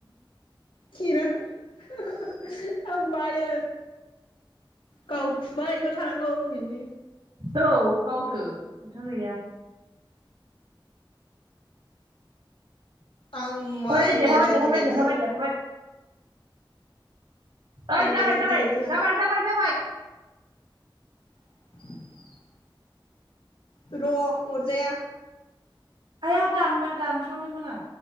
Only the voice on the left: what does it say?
खेराम <unintelligible> बायो गावखुबायल थानांगौ अबिनि?
ओहो आं
एम
एल सो
गेलेनसै
एम
एलसो
गेलेनोसै आं
<unintelligible> र' अरजाया